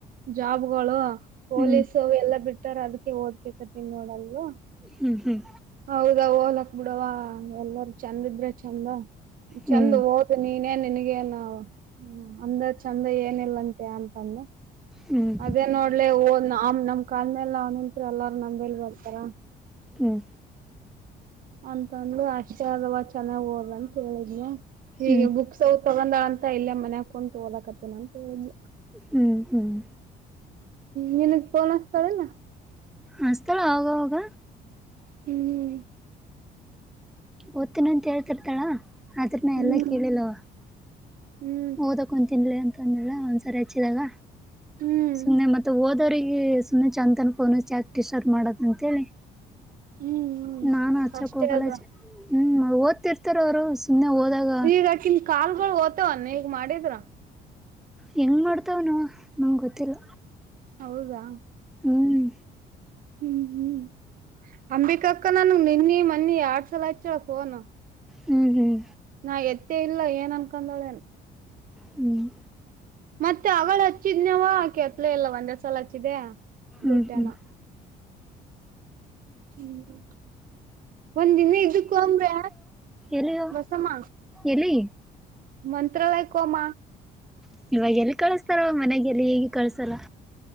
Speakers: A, on the right (about 55°); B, in the centre.
A: ಜಾಬ್ಗಳು ಪೊಲೀಸ
B: ಹ್ಮ್
A: ಎಲ್ಲಾ ಬಿಟ್ಟಾರ ಅದಕ್ಕೆ ಓದ್ಬೇಕತ್ವ ನೋಡಲ್ವಾ
B: ಹ್ಮ್ ಹ್ಮ್
A: ಹೌದಾ ಓಲಾಕ್ ಬಿಡವ ಎಲ್ಲಾರ ಚಂದ ಇದ್ರೆ ಚೆಂದ
B: ಹ್ಮ್
A: ಚಂದ ಹಓದ ನೀನೇನ್ ನಿನಗ ನಾ ಅಂದ ಚಂದ ಏನಿಲ್ಲಂತೆ ಅಂತಂದೆ
B: ಹ್ಮ್ ಹ್ಮ್
A: ಅದೇ ನೋಡ್ಲೆ ನಮ್ ನಮ್ ಕಾಲ ಮೇಲೆ ಅವನಂತ ಎಲ್ಲಾರು ನಂಬೇಲ್ ಬರ್ತಾರ
B: ಹ್ಮ್
A: ಅಂತಂದು ಅಷ್ಟ ಅಲ್ವಾ ಚೆನ್ನಾಗ್ ಹೋದ್ರಂತ ಹೇಳೇದ್ನ ಹೀಗೆ
B: ಹ್ಮ್
A: ಬುಕ್ಸ್ ಅವ ತಗೊಂಡ ಅಂತ ಎಲ್ಲ ಮನೆ ಹಕೊಂಡು ತೋದಲಕತ್ತೇನ ಅಂತ ಹೇಳಿ
B: ಹ್ಮ್ ಹ್ಮ್
A: ನಿನಗ್ ಫೋನ್ ಹಚ್ಚುತ್ತಾಳೆನು
B: ಹಚ್ತಾಳ ಅವಾಗವಾಗ
A: ಹ್ಮ್
B: ಓತ್ತುನ ಅಂತೇಳ್ತಿರ್ತಾಳ ಆದ್ರನ
A: ಹ್ಮ್
B: ಎಲ್ಲ ಕೇಳಿಲ್ಲವ
A: ಹ್ಮ್
B: ಓದಕೊ ತಿನ್ಲಿ ಅಂತ ಅಂದಳ ಒಂದ್ಸರಿ ಹಚ್ಚಿದಾಗ
A: ಹ್ಮ್ ಹ್ಮ್
B: ಸುಮ್ನೆ ಮತ್ತ ದ ವರಿಗೆ ಸುಮ್ಮನೆ ಚಂತನ್ ಫೋನು ಚಾಕ್ಟರ್ ಮಾಡೋದ ಅಂತೇಳಿ
A: ಹ್ಮ್
B: ನಾನು ಅಚ್ಚಕ್
A: ಅಷ್ಟೇ
B: ಹೋಗಲ್ಲೆ
A: ಅದ
B: ಹ್ಮ್ ಓದ್ತಿರ್ತಾರ ಅವರು ಸುಮ್ನೆ ಹೋದಾಗ
A: ಈಗಕಿನ್ ಕಾಲ್ಗಳು ಓವ ನೀ ಈಗ ಮಾಡಿದ್ರ
B: ಹೆಂಗ್ಮಾಡ್ತಾವ ನ ನಮ್ಗೆ ಗೊತ್ತಿಲ್ಲ
A: ಹೌದಾ
B: ಹ್ಮ್
A: ಹ್ಮ್ ಹ್ಮ್ ಅಂಬಿಕಾ ಅಕ್ಕ ನನ್ಗ್ ನಿನ್ನಿ ಮನ್ನಿ ಎಡ್ ಸಲ ಆಯತಳ ಫೋನ್
B: ಹ್ಮ್ ಹ್ಮ್
A: ನಾ ಎತ್ತೇ ಇಲ್ಲ ಏನ್ ಅನ್ಕಂದಳೇನ್
B: ಹ್ಮ್
A: ಮತ್ತೆ ಅವಳ ಹಚ್ಚಿದ್ನವ ಆಕೆ ಅತ್ಲ ಎಲ್ಲ ಒಂದೇ ಸಲ ಹಚ್ಚಿದೆ ಬುಟ್ಟ್ಯನ
B: ಹ್ಮ್ ಹ್ಮ್
A: ಹ್ಮ್ ಒಂದ್ ದಿನ ಇದ್ದಕ್ಕು ಅಂದ್ರ
B: ಎಲ್ಲಿಯ
A: ಬಸಮ್ಮ
B: ಎಲ್ಲಿ
A: ಮಂತ್ರಾಲಯ ಕಮ
B: ಇವಾಗ ಎಲ್ಲಿ ಕಳಸ್ತಾರ ಮನೆಗೆ ಎಲ್ಲಿ ಹೇಗೆ ಕಳ್ಸಲ್ಲ